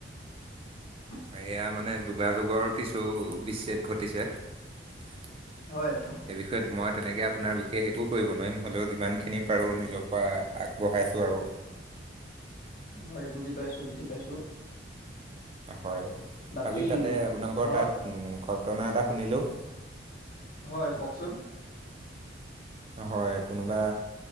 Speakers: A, on the left; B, on the right.
A: <inaudible>
B: এয়া মানে যোগাযোগৰ কিছু বিচ্ছেদ ঘটিছে। এই
A: হয়
B: বিষয়ত মই তেনেকে আপোনাৰ বিশেষ একো কৰিব নোৱাৰিম হ'লেও যিমানখিনি পাৰো নিজৰ পৰা আগবঢ়াইছো আৰু
A: হয়, বুজি পাইছো- বুজি পাইছো।
B: হয়
A: বাকী
B: কালি তাতে আপোনালোকৰ
A: ঘৰত
B: তাত ঘটনা এটা শুনিলোঁ
A: হয় কওকচোন
B: হয় কোনোবা